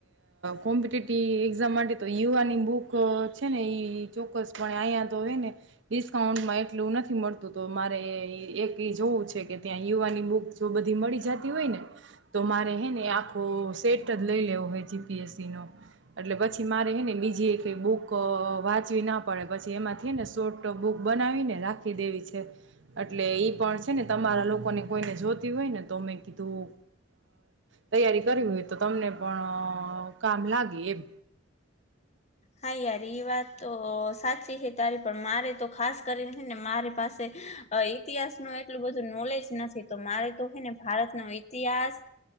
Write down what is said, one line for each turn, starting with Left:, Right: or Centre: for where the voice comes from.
Right: કોમ્પિટેટિવ એક્ઝામ માટે તો યુવાની બુક છે ને ચોક્કસપ અહીંયા તો હો ને ડિસ્કાઉન્ટમાં એટલું નથી મળતું તો મારે એક એ જોવું છે કે ત્યાં યુવાની બુક જો બધી મળી જતી હોય ને તો મારે હે ને આું સેટ જ લઈ લેવો હોય જીપીએસસી નો એટલે પછી મારે હેને બીજીઈ બુક વાંચવી ના પડે પછી એમાંથી ને શોટ બુક બનાવીને રાખી દેવી છે એટલે એ પણ છે ને તમારા લોકોને કોઈને જોતી હોય ને તો મેમે કીધું તૈયારી કરવી હોય તો તમને પણ કામ લાગે એમ
Left: હાઈ્યારી વાત સાચીે ત પણ મારે તો ખાસ કરીને ને મારી પાસે ઇતિહાસ નું એટલું બધું નોલેજ નથી મારે તો છેે ને ભારત ન ઈતિહાસ